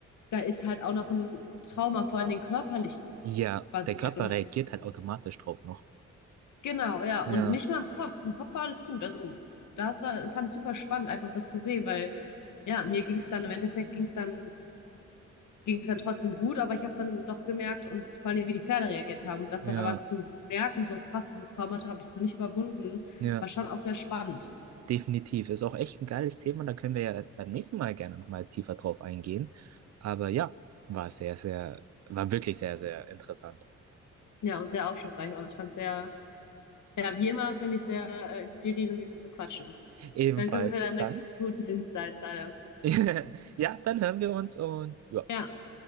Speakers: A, on the left (about 80°); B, on the right (about 60°).
A: da ist halt auch noch ein Trauma, vor allen Dingen körperlich
B: Ja,
A: basierend.
B: dein Körper reagiert halt automatisch drauf noch.
A: Genau, ja. Und
B: Ja,
A: nicht mal im Kopf. Im Kopf war alles gut. Also das war, fand ich super spannend, einfach das zu sehen, weil ja, mir ging es dann im Endeffekt ging es dann, ging es dann trotzdem gut, aber ich habe es dann doch gemerkt und vor allem, wie die Pferde reagiert haben. Das
B: ja,
A: dann aber zu merken, so krass, dieses Traumata habe ich noch nicht überwunden,
B: ja,
A: war schon auch sehr spannend.
B: definitiv. Ist auch echt ein geiles Thema. Da können wir ja beim nächsten Mal gerne nochmal tiefer drauf eingehen. Aber ja, war sehr, sehr, war wirklich sehr, sehr interessant.
A: Ja, und sehr aufschlussreich. auch ich fand sehr, ja, wie immer finde ich sehr äh, inspirierend, wie die so quatschen.
B: Ebenfalls
A: Danke für deine
B: dann.
A: guten Insights, alle.
B: <laughs> Ja, dann hören wir uns und ja,
A: Ja.